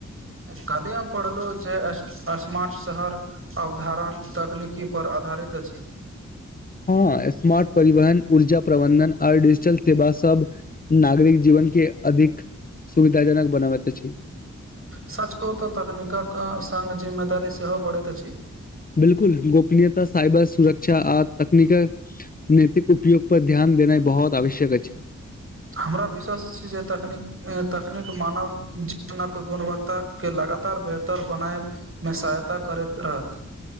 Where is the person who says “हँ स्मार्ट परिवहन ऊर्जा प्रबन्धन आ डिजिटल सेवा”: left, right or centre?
Left